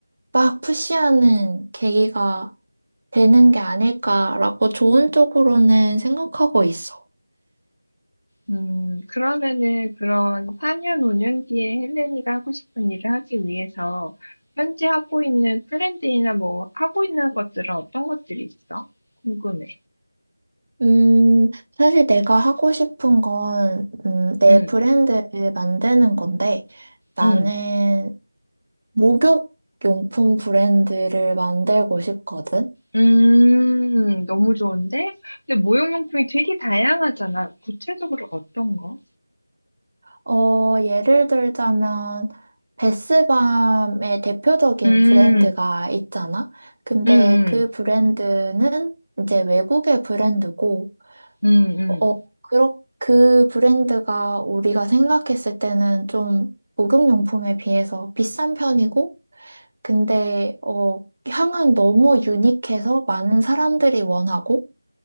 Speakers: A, on the right; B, on the left.
A: 막 푸시하는 계기가 되는 게 아닐까라고 좋은 쪽으로는 생각하고 있어.
B: 음, 그러면은 그런 4년, 5년 뒤에 헬렌이가 하고 싶은 일을 하기 위해서 현재 하고 있는 플랜들이나 뭐 하고 있는 것들은 어떤 것들이 있어? 궁금해.
A: 음, 사실 내가 하고 싶은 건, 음, 내
B: 응,
A: 브랜드를 만드는 건데, 나는
B: 응.
A: 목욕 용품 브랜드를 만들고 싶거든.
B: 음. 너무 좋은데? 근데 모형용품이 되게 다양하잖아. 구체적으로 어떤 거?
A: 어, 예를 들자면, 베스밤의 대표적인
B: 음.
A: 브랜드가 있잖아? 근데
B: 음음.
A: 그 브랜드는 이제 외국의 브랜드고,
B: 음음.
A: 어, 그렇, 그 브랜드가 우리가 생각했을 때는 좀 목욕용품에 비해서 비싼 편이고, 근데, 어, 향은 너무 유니크해서 많은 사람들이 원하고,